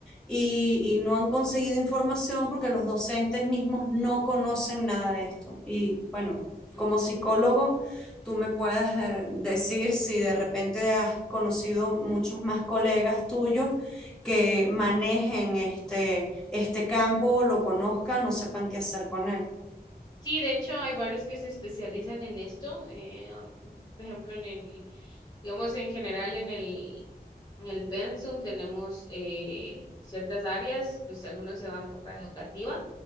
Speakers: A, in the centre; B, on the left (about 25°).
A: y, y no han conseguido información porque los docentes mismos no conocen nada de esto. Y bueno,
B: Mm.
A: como psicólogo, tú me puedes eh, decir si de repente has conocido muchos más colegas tuyos que manejen este, este campo, lo conozcan, no sepan qué hacer con él.
B: Sí, de hecho hay varios que se especializan en esto, eh, por ejemplo en el, digamos en general en el En el Pensum tenemos eh, ciertas áreas, pues algunos se van por la educativa